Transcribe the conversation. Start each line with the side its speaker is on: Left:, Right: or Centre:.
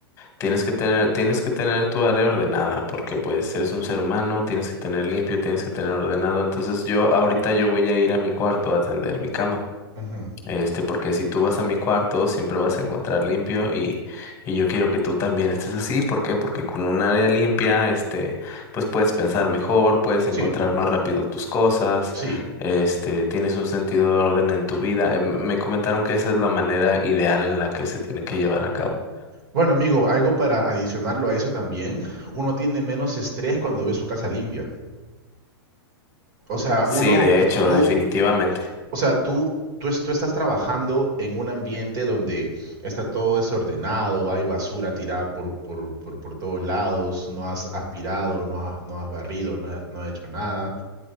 Left: tienes que tener, tienes que tener tu área ordenada, porque pues eres un ser humano, tienes que tener limpio, tienes que tener ordenado, entonces yo ahorita yo voy a ir a mi cuarto a atender mi cama.
Right: ujú.
Left: Este, porque si tú vas a mi cuarto, siempre vas a encontrar limpio y, y yo quiero que tú también estés así. ¿Por qué? Porque con un área limpia, este, pues puedes pensar mejor, puedes encontrar
Right: Sí,
Left: más rápido tus cosas,
Right: sí.
Left: este, tienes un sentido de orden en tu vida. Eh, m- Me comentaron que esa es la manera ideal en la que se tienen que llevar a cabo.
Right: Bueno, amigo, algo para adicionarlo a eso también. Uno tiene menos estrés cuando ve su casa limpia. O sea,
Left: Sí,
Right: uno,
Left: de hecho,
Right: tú,
Left: definitivamente.
Right: O sea, tú, tú, es- tú estás trabajando en un ambiente donde está todo desordenado, hay basura tirada por, por, por, por todos lados, no has aspirado, no has, no has barrido, no, ha- no has hecho nada.